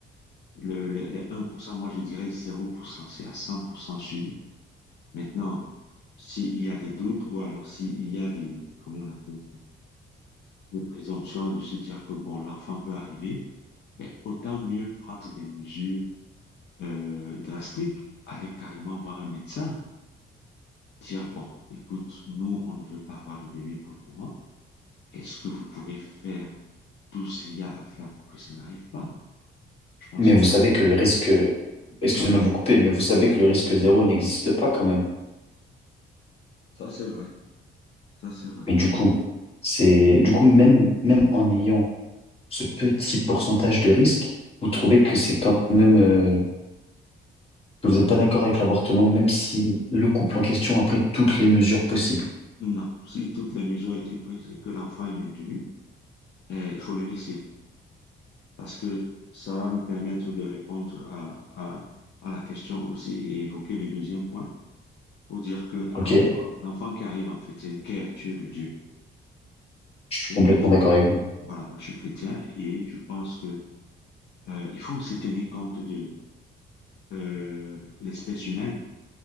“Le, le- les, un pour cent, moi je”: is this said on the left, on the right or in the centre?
Left